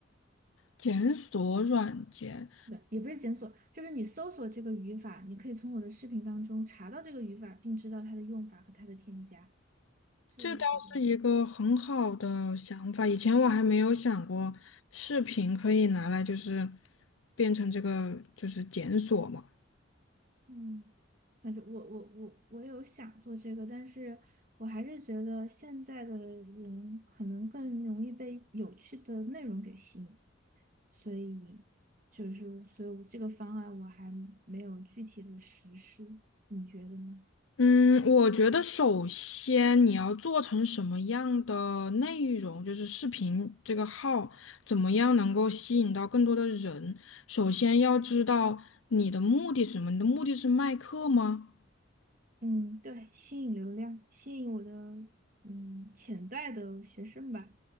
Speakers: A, on the left (about 75°); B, on the right (about 45°).
A: 检索软件，
B: 对，也不是检索，就是你搜索这个语法，你可以从我的视频当中查到这个语法，并知道它的用法和它的添加，就类似于这种。
A: 这倒是一个很好的想法。以前我还没有想过，视频可以拿来就是变成这个就是检索嘛。
B: 嗯，反正我我我我有想做这个，但是我还是觉得现在的人可能更容易被有趣的内容给吸引，所以就是所以我这个方案我还没有具体的实施，你觉得呢？
A: 嗯，我觉得首先你要做成什么样的内容，就是视频这个号怎么样能够吸引到更多的人。首先要知道你的目的是什么，你的目的是卖课吗？
B: 嗯，对，吸引流量，吸引我的嗯潜在的学生吧。